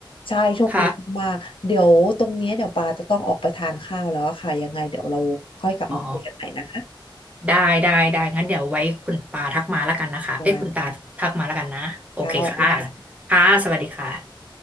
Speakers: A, on the left (about 80°); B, on the right (about 15°).
A: ใช่โชคดีมากๆเดี๋ยวตรงเนี้ยเดี๋ยวปาจะต้องออกไปทานข้าวแล้วอะค่ะยังไงเดี๋ยวเราค่อยกลับมาคุยกันใหม่นะคะ
B: ค่ะ อ๋อได้ได้ได้งั้นเดี๋ยวไว้คุณปาทักมาแล้วกันนะคะเอ้ยคุณตาทักมาแล้วกันนะโอเคค่ะ
A: ปาค่ะค่ะสวัสดีค่ะ
B: ค่ะสวัสดีค่ะ